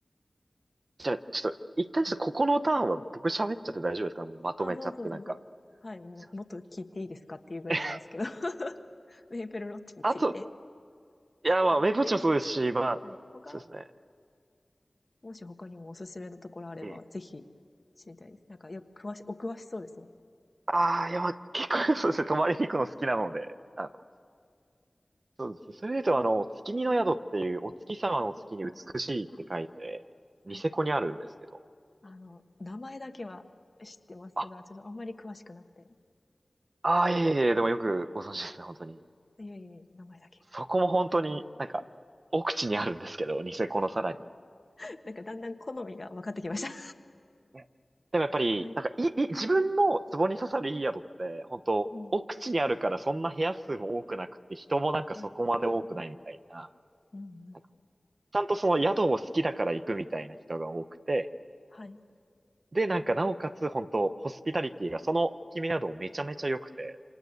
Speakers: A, on the right; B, on the left.
A: じゃあ、ちょっと、一旦ちょっとここのターンは僕喋っちゃって大丈夫ですかもうまとめちゃってなんか。
B: うん。あ、どうぞどうぞ。はい、もう、
A: すいま
B: もっと聞いていいですかっていうぐらいなんですけど、
A: せん。
B: <laughs> メーペルロッジについて。
A: あと、いや、まあ、
B: はい。
A: メイプウォッチもそうですし、
B: はい、か
A: まあ、
B: はい。他、
A: そうですね。
B: もし他にもおすすめのところあれば、
A: こ、
B: ぜひ知りたいです。
A: ええ
B: なんか、よく詳し、お詳しそうですね。
A: ああ、いや、まあ、結構そうですね、泊まりに行くの好きなので、あの、そうですね。それで言うと、あの、月見の宿っていう、お月様の月に美しいって書いて、
B: あ、
A: ニセコにあるんですけど。
B: はい。あの、名前だけは知ってますが、
A: あ、
B: ちょっとあんまり詳しくなくて。
A: ああ、いえいえ、でもよくご存知ですね、本当に。
B: いえいえ、名前だけ。
A: そこも本当になんか、奥地にあるんですけど、ニセコのさらに。
B: <laughs> なんかだんだん好みが分かってきました。
A: ねでもやっぱり、
B: はい。
A: なんか、いい、いい自分の壺に刺さるいい宿って、本当奥地にあるからそんな部屋数も多くなくて、
B: うん、
A: 人もなんかそこまで多くないみたいな。
B: はい。うんうん。
A: なんかちゃんとその宿を好きだから行くみたいな人が多くて、
B: はい、
A: で、なんか、なおかつ、本当ホスピタリティが、その決め宿もめちゃめちゃ良くて、